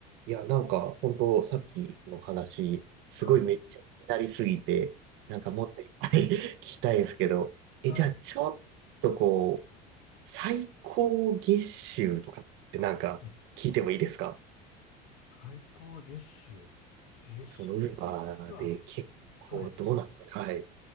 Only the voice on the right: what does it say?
いや、なんか、本当さっきの話、すごいめっちゃ気になりすぎて、
なんかもっといっぱい <laughs> 聞きたいですけど、
え、じゃあ、ちょっとこう、最高月収とかってなんか、
聞いてもいいですか
その、ウーバーで結構、
どうなんですかね。はい。